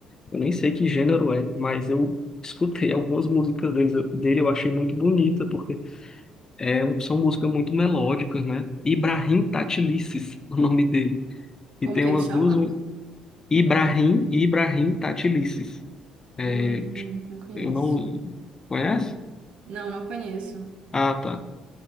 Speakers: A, on the left (about 25°); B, on the right (about 55°).
A: eu nem sei que gênero é, mas eu escutei algumas músicas deles, eu- dele, eu achei muito bonita, porque é, são músicas muito melódicas, né? Ibrahim Tatilices, <laughs> o nome dele. E
B: Como
A: tem
B: que
A: umas
B: ele chama?
A: duas, mu- Ibrahim e Ibrahim Tatilices. É,
B: Hum, não conheço.
A: eu não conhece?
B: Não, não conheço.
A: Ah, tá.